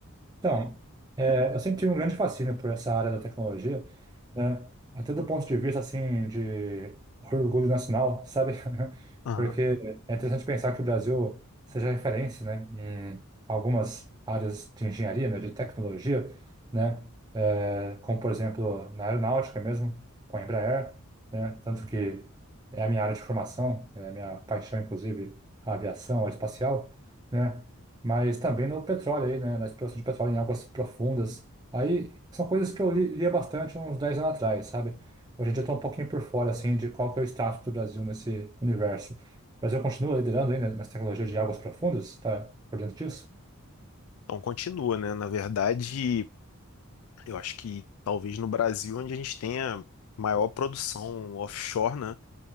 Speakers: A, on the right (about 20°); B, on the left (about 75°).
A: Então, é, eu sempre tive um grande fascínio por essa área da tecnologia, né? Até do ponto de vista, assim, de orgulho nacional, sabe? <laughs>
B: Aham.
A: Porque é interessante pensar que o Brasil seja referência, né? Em algumas áreas de engenharia, né? De tecnologia, né? É, como, por exemplo, na aeronáutica mesmo, com a Embraer, né? Tanto que é a minha área de formação, é a minha paixão, inclusive, a aviação, a aeroespacial, né? mas também no petróleo aí, né, na exploração de petróleo em águas profundas. Aí são coisas que eu li- lia bastante uns 10 anos atrás, sabe? Hoje em dia eu tô um pouquinho por fora, assim, de qual que é o status do Brasil nesse universo. O Brasil continua liderando ainda nas tecnologias de águas profundas? Tá por dentro disso?
B: Então continua, né? Na verdade, eu acho que talvez no Brasil, onde a gente tenha maior produção offshore, né?